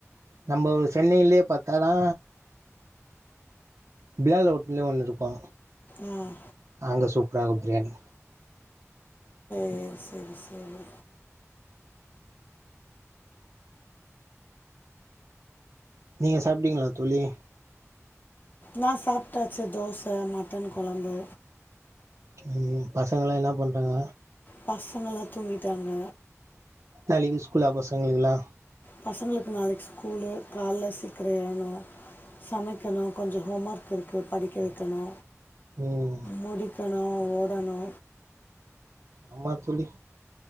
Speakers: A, on the right; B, on the left.
A: நம்போ சென்னையிலயே பத்தனா பிலால் ஹோட்டல்னு ஒன்னு இருக்கு
B: ஆ
A: அங்க சூப்பரா இருக்கு பிரியாணி
B: சேர் சேரி சேரி
A: நீங்க சாப்டீங்களா தோழி
B: நா சாப்ட்டாச்சு தோச மட்டன் கொழம்பு
A: ம் ம் பசங்கலா என்ன பண்றாங்க
B: பசங்கலா தூங்கிட்டாங்க
A: நாளைக்கி ஸ்கூலா பசங்களுக்கு எல்லா
B: பசங்களுக்கு நாளைக்கி ஸ்கூலு கால்ல சீக்கிர எழனு சமைக்கணு கொஞ்ச ஹோம் ஒர்க் இருக்கு படிக்க வக்கணு
A: ம்
B: முடிக்கணு ஓடணு
A: ஆமா தோழி